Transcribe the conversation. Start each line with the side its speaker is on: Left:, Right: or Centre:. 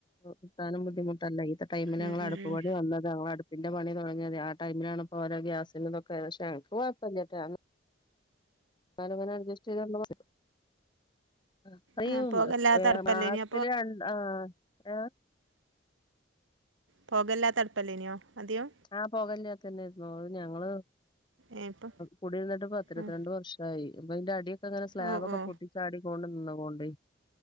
Left: കിട്ടാനും ബുദ്ധിമുട്ടല്ലെ ഈത്തെ ടൈമിന്
Right: ഉം
Left: ഞങ്ങളെ അടുപ്പുപണി
Right: ഉം ഉം
Left: വന്നത് ഞങ്ങള അതിന്റെ പണി തുടങ്ങിയത് ആ ടൈമിലാണിപ്പോ ഓരോ ഗ്യാസിന്റെ തൊക്കെ പക്ഷെ എനക്ക് കുഴപ്പല്ലട്ടാ കാലങ്ങനെ അഡ്ജസ്റ്റ് ചെയ്ത <unintelligible> ആഹ് അയ്യോ
Right: ആ പോകല്ലാത്ത
Left: <unintelligible>
Right: അടുപ്പല്ലേനിയോ
Left: രണ്ട് അഹ് <unintelligible>
Right: <inaudible> പോകല്ലാത്തടുപ്പല്ലേനുയോ അദ്യോ??
Left: ആഹ് പൊകല്ലാത്ത തന്നെയെരുന്നു അത് ഞങ്ങള്
Right: ഏ ഇപ്പൊ
Left: കുടി ഇരുന്നിട്ട് പത്തിരുപത്തി
Right: ആ
Left: രണ്ട് വർഷായി അപ്പൊ അതിന്റെ അടി ങ്ങനെ സ്ലാബക്കെ
Right: ഓ ഓ
Left: പൊട്ടിച്ചാടിക്കൊണ്ട് നിന്ന പോണ്ട്